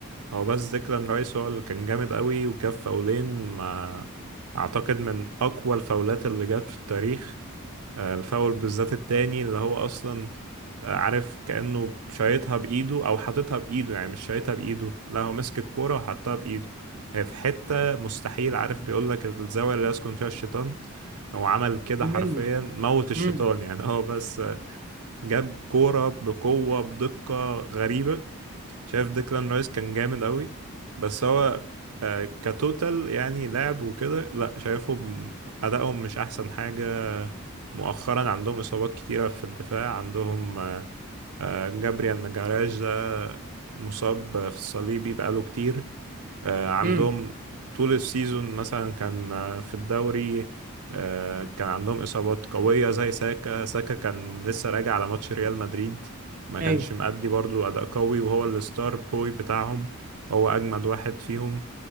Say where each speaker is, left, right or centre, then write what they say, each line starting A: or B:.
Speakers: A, on the right; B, on the right.
A: هو بس ديكلان رايس هو اللي كان جامد قوي وكان فاولين ما أعتقد من أقوى الفاولات اللي جت في التاريخ آه، الفاول بالذات التاني اللي هو اصلا آه، عارف كأنه شايطها بايده او حاططها بايده يعني مش شايطها بايده لا هو ماسك الكوره وحطها بايده هي في حته مستحيل عارف بيقول لك الزاويه اللي يسكن فيها الشيطان هو عمل كده حرفيا
B: ملي
A: موت الشيطان
B: امم
A: <laughs> يعني هو بس جاب كوره بقوه بدقه غريبه شايف ديكلان رايس كان جامد قوي بس هو آه، كتوتال يعني لعب وكده لا شايفهم أدائهم مش أحسن حاجة مؤخرا عندهم إصابات كتيرة في الدفاع عندهم آه، جابريال ماجاراش ده مصاب في الصليبي بقاله كتير آه، عندهم
B: امم
A: طول السيزون مثلا كان آه، في الدوري آه، كان عندهم إصابات قوية زي ساكا ساكا كان لسه راجع على ماتش ريال مدريد ما كانش
B: ايوه
A: مأدي برضو أداء قوي وهو الستار بوي بتاعهم هو أجمد واحد فيهم